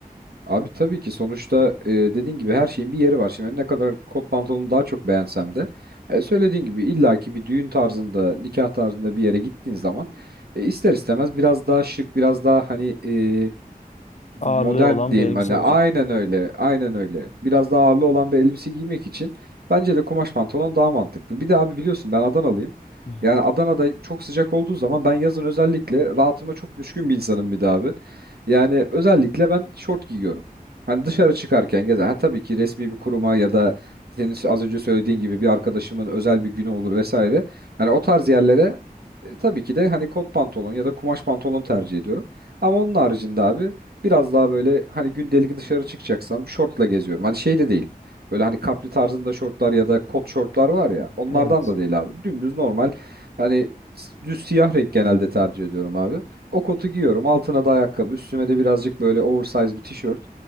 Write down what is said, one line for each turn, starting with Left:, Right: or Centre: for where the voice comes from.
Right: Abi tabii ki sonuçta e, dediğin gibi her şeyin bir yeri var. Şimdi ne kadar kot pantolonu daha çok beğensem de e, söylediğin gibi illaki bir düğün tarzında, nikah tarzında bir yere gittiğin zaman e, ister istemez biraz daha şık, biraz daha hani e, modern
Left: Ağırlığı olan
Right: diyeyim
Left: bir elbise
Right: hani
Left: olacak.
Right: aynen öyle aynen öyle biraz daha ağırlı olan bir elbise giymek için bence de kumaş pantolon daha mantıklı. Bir de abi biliyorsun ben Adanalıyım.
Left: Hı hı.
Right: Yani Adana'da çok sıcak olduğu zaman ben yazın özellikle rahatıma çok düşkün bir insanım bir de abi. Yani özellikle ben şort giyiyorum. Hani dışarı çıkarken gezer. Ha tabii ki resmi bir kuruma ya da senin az önce söylediğin gibi bir arkadaşımın özel bir günü olur vesaire. Hani o tarz yerlere e, tabii ki de hani kot pantolon ya da kumaş pantolon tercih ediyorum. Ama onun haricinde abi Biraz daha böyle hani gündelik dışarı çıkacaksam şortla geziyorum. Hani şey de değil. Böyle hani kapri tarzında şortlar ya da kot şortlar var ya. Onlardan
Left: Evet.
Right: da değil abi. Dümdüz normal. Hani s- düz siyah renk genelde tercih ediyorum abi. O kotu giyiyorum. Altına da ayakkabı. Üstüme de birazcık böyle oversize bir tişört.